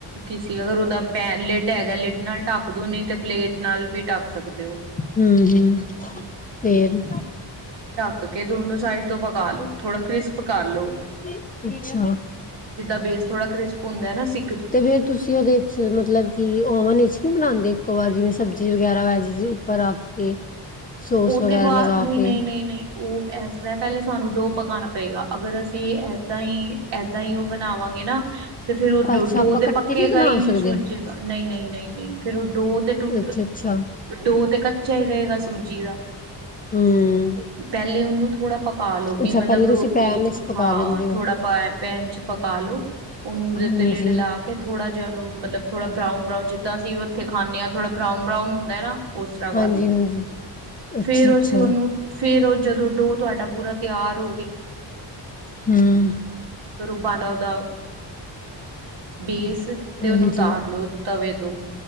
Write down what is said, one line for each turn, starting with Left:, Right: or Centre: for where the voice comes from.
Right: ਕਿਸੀ ਅਗਰ ਉਹਦਾ। ਪੈਨ ਲਿਡ ਹੈਗਾ ਲਿਡ ਨਾਲ ਢੱਕ ਦੂ, ਨੀ ਤੇ ਪਲੇਟ ਨਾਲ ਵੀ ਢੱਕ ਸਕਦੇ ਹੋ
Left: ਹੂੰ, ਹੂੰ, ਫੇਰ।
Right: ਕਰਕੇ ਦੋਨੋ ਸਾਈਡ ਤੋਂ ਪਕਾ ਲੋ, ਥੋੜਾ ਕ੍ਰਿਸਪ ਪਕਾਲੋ।
Left: ਹੂੰ, ਅੱਛਾ।
Right: ਬੇਸ ਥੋੜਾ ਕਰਿਸਪ ਹੁੰਦਾ ਨਾ ਸੀ।
Left: ਤੇ ਫੇਰ ਤੁਸੀਂ ਉਹਦੇ ਚ ਮਤਲਬ ਕਿ ਓਮਨ ਵਿਚ ਨਹੀਂ ਬਣਾਂਦੇ? ਇੱਕੋ ਵਾਰ ਜਿਵੇਂ ਸਬਜ਼ੀ ਗਿਆਰਾਂ ਵਜੇ ਜੇ ਉੱਪਰ ਆ ਕੇ। ਸੋਸ
Right: ਉਹ
Left: ਵਗੈਰਾ
Right: ਤੇ ਬਾਹਰ
Left: ਲਗਾ
Right: ਨਈਂ
Left: ਕੇ
Right: ਨਈਂ ਨਈਂ ਨਈਂ। ਉਹ ਇਸ ਤਰ੍ਹਾਂ ਪਹਿਲੇ ਸਾਨੂੰ ਡੋ ਪਕਾਣਾ ਪਏਗਾ, ਅਗਰ ਅਸੀਂ ਏਦਾਂ ਈਂ, ਏਦਾਂ ਈਂ ਉਹ ਬਣਾਵਾਂਗੇ ਨਾਂ। ਤੇ ਫੇਰ ਉਹ ਡੋ
Left: ਅੱਛਾ
Right: ਡੋ
Left: ਆਪਾਂ ਇਕੱਠੇ
Right: ਤੇ ਪੱਕੇਗਾ
Left: ਨਹੀਂ ਬਣਾ
Right: ਈ ਨਈਂ,
Left: ਸਕਦੇ
Right: ਸੁਜੇਗਾ ਨਈਂ, ਨਈਂ, ਨਈਂ ਨਈਂ ਫੇਰ ਉਹ ਡੋ ਤੇ ਟੁੱ
Left: ਅੱਛਾ ਅੱਛਾ
Right: ਡੋ ਤੇ ਕੱ ਸਹੀ ਰਹੇਗਾ ਸੂਜੀ ਦਾ।
Left: ਹਮ
Right: ਪਹਿਲੇ ਉਹਨੂੰ ਥੋੜਾ ਪਕਾ ਲੋ ਕਿ
Left: ਅੱਛਾ
Right: ਮਤਲਬ
Left: ਪਹਿਲੇ
Right: ਰੋਟੀ
Left: ਤੁਸੀਂ ਪੈਨ ਵਿੱਚ ਪਕਾ
Right: ਹਾਂ,
Left: ਲੈਂਦੇ
Right: ਥੋੜਾ
Left: ਹੋ
Right: ਪ ਪੈਨ ਚ ਪਕਾ ਲੋ। ਉਹਨੂੰ ਉਹਦੇ
Left: ਹਾਂਜੀ
Right: ਉੱਤੇ ਲਿਡ ਲਾ ਕੇ ਥੋੜਾ ਜਿਹਾ ਉਹਨੂੰ ਮਤਲਬ ਥੋੜਾ ਬਰਾਊਨ ਬਰਾਊਨ ਜਿੱਦਾਂ ਅਸੀ ਉੱਥੇ ਖਾਣੇ ਹਾਂ ਥੋੜਾ ਬਰਾਊਨ ਬਰਾਊਨ ਹੁੰਦਾ ਨਾਂ। ਉਸ ਤਰ੍ਹਾਂ ਕਰ
Left: ਹਾਂਜੀ
Right: ਲੋ।
Left: ਹਾਂਜੀ ਅੱਛਾ
Right: ਫਿਰ
Left: ਅੱਛਾ
Right: ਅਸੀਂ ਉਹਨੂੰ, ਫਿਰ ਉਹ ਜਦੋਂ ਡੋ ਤੁਹਾਡਾ ਪੂਰਾ ਤਿਆਰ ਹੋ ਗਿਆ
Left: ਹਂ
Right: ਬਾਣਾ ਦਾ ਬੇਸ ਤੇ
Left: ਹਾਂਜੀ
Right: ਉਹਨੂੰ ਉਤਾਰ ਲੋੋ। ਤਵੇ ਤੋਂ